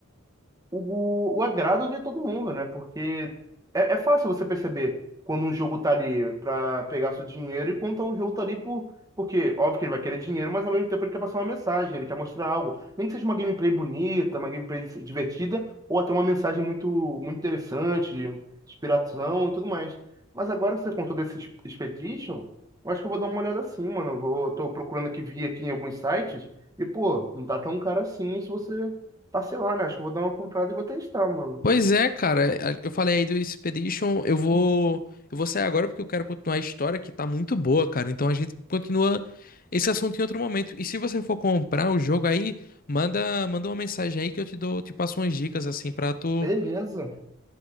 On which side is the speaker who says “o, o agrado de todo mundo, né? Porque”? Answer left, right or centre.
Right